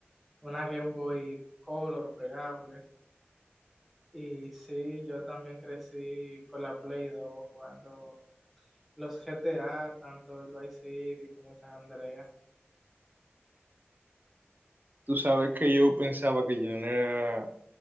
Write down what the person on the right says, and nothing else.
Tú sabes que yo pensaba que yo no era,